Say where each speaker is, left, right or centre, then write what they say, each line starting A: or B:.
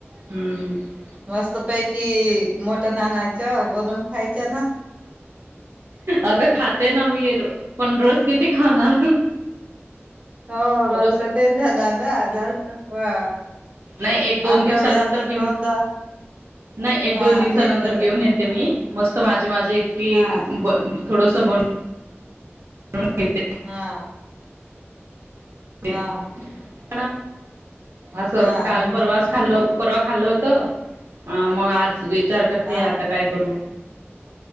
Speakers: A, on the right; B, on the right.
A: हम्म हम्
B: मस्त पैकी मटन आणायचं बनवून खायचं ना
A: अगं खाते ना मी पण रोज किती खाणार
B: हो र
A: रोज
B: त न जनाना जास्त ह
A: नाही एक दोन
B: आठवड्यातून
A: दिवसानंतर घेऊन
B: दोनदा
A: नाही एक
B: हा
A: दोन दिवसानंतर
B: गेम घेतात
A: घेऊन
B: मग
A: येते मी मस्त माझे माझे एकटी
B: हा
A: थोडस बन हा
B: हा हा
A: पण असं
B: हा
A: काल परवाच खाल्ल होत परवा खाल्लं होतं मग आज विचार करते
B: ह
A: आता काय करू